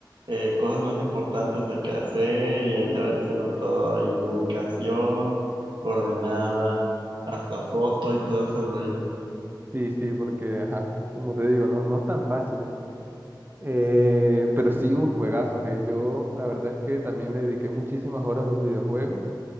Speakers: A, on the right; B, on the right.
A: eh, cosas más importantes de qué hacer y ahí te va diciendo todo y ubicación, coordenada, hasta foto y todo ese rollo.
B: Sí, sí, porque, ajá, como te digo, no, no es tan fácil. Eh, pero sí, uf, juegazos, eh. Yo la verdad es que también le dediqué muchísimas horas a los videojuegos.